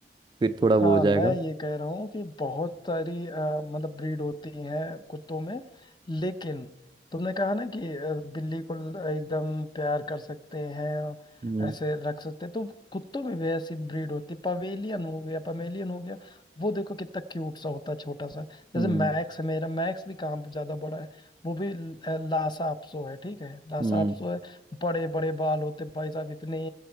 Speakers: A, on the right (about 25°); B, on the left (about 25°).
A: फिर थोड़ा वो
B: हाँ
A: हो जाएगा
B: मैं ये कह रहा हूँ कि बहुत सारी अ, मतलब ब्रीड होती हैं कुत्तों में लेकिन तुमने कहा ना कि अ, बिल्ली को ल- एकदम प्यार कर सकते हैं
A: हम्म
B: ऐसे रख सकते हैं तो कुत्तों में भी ऐसी ब्रीड होती है पवेलियन हो गया पमेलियन हो गया वो देखो कितना क्यूट सा होता है छोटा सा जैसे
A: हम्म
B: मैक्स है मेरा मैक्स भी काम पे ज्यादा बड़ा है वो भी ल- अ, लासा अपसो है ठीक है लासा
A: हम्म
B: अपसो है बड़े बड़े बाल होते हैं भाई साहब इतने